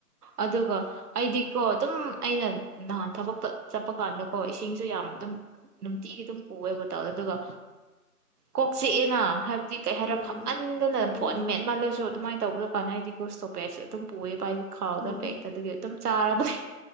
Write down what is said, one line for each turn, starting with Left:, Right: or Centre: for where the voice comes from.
Right: ꯑꯗꯨꯒ ꯑꯩꯗꯤꯀꯣ ꯑꯗꯨꯝ ꯑꯩꯅ ꯅꯍꯥꯟ ꯊꯕꯛꯇ ꯆꯠꯄ ꯀꯥꯟꯗꯀꯣ ꯏꯁꯤꯡꯁꯨ ꯌꯥꯝ ꯑꯗꯨꯝ ꯅꯨꯡꯇꯤꯒꯤ ꯑꯗꯨꯝ ꯄꯨꯑꯦꯕꯇꯥꯎꯗꯣ ꯑꯗꯨꯒ ꯀꯣꯛ ꯆꯤꯛꯑꯦꯅ ꯍꯥꯏ ꯑꯗꯨꯗꯤ ꯀꯩ ꯍꯥꯏꯔ
Left: ꯎꯝ
Right: ꯐꯝꯃꯟꯗꯅ
Left: ꯎꯝ
Right: ꯐꯣꯟ ꯃꯦꯠꯃꯜꯂꯁꯨ ꯑꯗꯨꯃꯥꯏꯅ ꯀꯅ ꯍꯥꯏꯁꯨ ꯇꯣꯄꯦ ꯑꯗꯨꯝ ꯄꯨꯏꯑꯦꯕ ꯈꯥꯎꯗ
Left: ꯎꯝ
Right: ꯕꯦꯛꯇ ꯑꯗꯨꯗꯤ ꯑꯗꯨꯝ ꯆꯥꯔꯕꯅꯦ